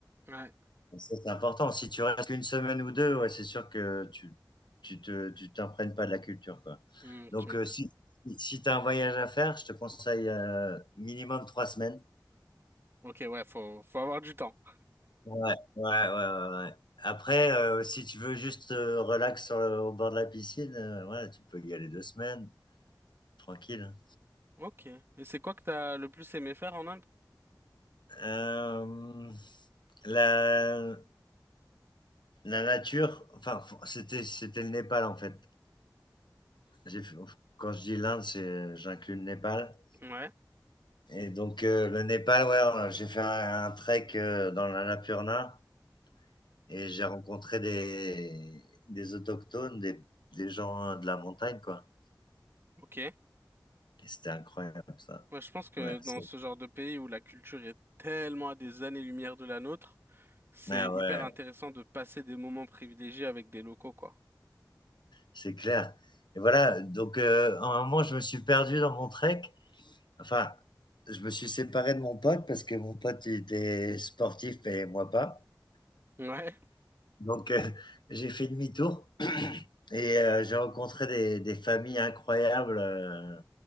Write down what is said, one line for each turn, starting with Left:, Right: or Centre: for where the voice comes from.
Right: Ouais.
Left: Ça, C'est important. Si tu restes qu'une semaine ou deux, ouais, c'est sûr que tu tu te tu t'imprègnes pas de la culture, quoi.
Right: Hmm,
Left: Donc
Right: tu m'étonnes.
Left: euh, si si tu as un voyage à faire, je te conseille euh, minimum trois semaines.
Right: Ok, ouais, faut, faut avoir du temps.
Left: Ouais, ouais, ouais, ouais. ouais. Après, euh, si tu veux juste euh, relax sur le- au bord de la piscine, euh, ouais, tu peux y aller deux semaines, tranquille.
Right: Ok. Et c'est quoi que t'as le plus aimé faire en Inde?
Left: Euh, la, la nature, enfin, f- c'était c'était le Népal en fait. J'ai fait- quand je dis l'Inde, c'est j'inclus le Népal.
Right: Ouais,
Left: Et donc euh, le Népal, ouais, on a- j'ai fait un, un trek euh, dans l'Annapurna et j'ai rencontré des, des autochtones, des, des gens euh, de la montagne, quoi.
Right: ok.
Left: Et c'était incroyable, ça.
Right: Moi, je pense que
Left: Ouais,
Right: dans
Left: c'est
Right: ce genre de pays où la culture est tellement à des années-lumière de la nôtre, c'est
Left: ouais, ouais,
Right: hyper intéressant de passer des moments privilégiés avec des locaux, quoi.
Left: c'est clair. Et voilà, donc euh, à un moment, je me suis perdu dans mon trek. Enfin, je me suis séparé de mon pote parce que mon pote il était sportif et moi pas.
Right: Ouais,
Left: Donc euh, j'ai fait demi-tour et euh, j'ai rencontré des, des familles incroyables. euh,